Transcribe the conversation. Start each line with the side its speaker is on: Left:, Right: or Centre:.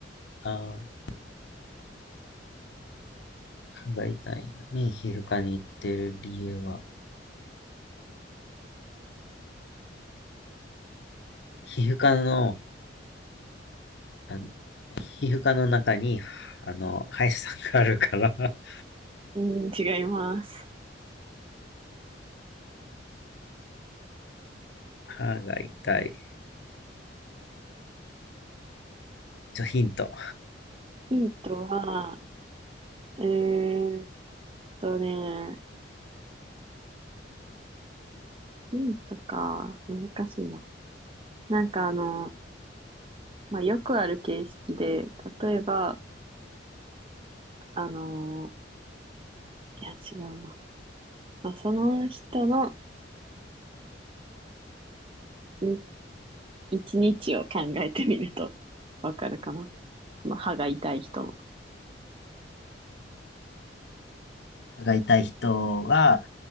Left: あー、歯が痛いのに皮膚科に行ってる理由は、皮膚科の、あの皮膚科の中に、あの、歯医者さんがあるから、<laughs>
Right: うん、違います。
Left: 歯が痛い。ちょ、ヒント。
Right: ヒントは、えーっとね、ヒントか、難しいな。なんかあの、まあ、よくある形式で、例えば、あの、いや違うな。まあ、その人のに一日を考えてみるとわかるかな。その歯が痛い人の。
Left: 歯が痛い人が、